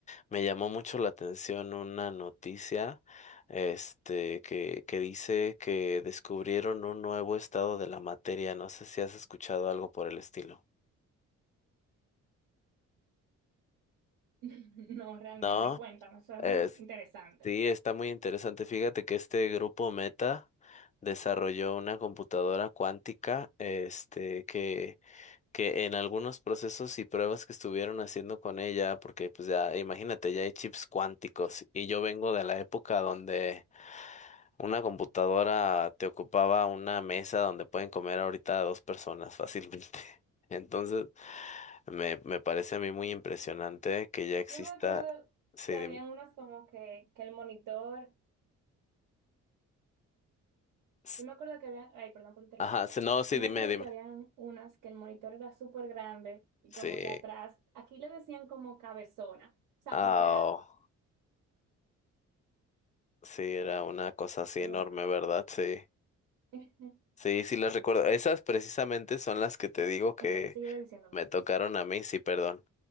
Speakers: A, on the left; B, on the right.
A: me llamó mucho la atención una noticia este que que dice que descubrieron un nuevo estado de la materia. No sé si has escuchado algo por el estilo.
B: <laughs> No, realmente,
A: No,
B: cuéntame, suena
A: es,
B: interesante.
A: sí, está muy interesante. Fíjate que este grupo Meta desarrolló una computadora cuántica, este, que que en algunos procesos y pruebas que estuvieron haciendo con ella, porque pues ya, imagínate, ya hay chips cuánticos y yo vengo de la época donde una computadora te ocupaba una mesa donde pueden comer ahorita dos personas fácilmente. <laughs> Entonces, me, me parece a mí muy impresionante que ya exista.
B: Yo me acuerdo
A: Sí,
B: que
A: dime.
B: habían unos como que, que el monitor,
A: S-
B: yo me acuerdo que habían, ay, perdón por interrumpirte,
A: Ajá, sí, no, sí,
B: yo
A: dime,
B: me acuerdo
A: dime.
B: que habían unas que el monitor era súper grande y
A: Sí.
B: como que atrás, aquí le decían como cabezona, o sea,
A: Ah,
B: porque era
A: oh, sí, era una cosa así
B: muy,
A: enorme,
B: muy
A: ¿verdad? Sí.
B: <laughs> bien.
A: Sí, sí las recuerdo. Esas precisamente son las que te digo que
B: Ok, sigue diciéndome.
A: me tocaron a mí, sí, perdón.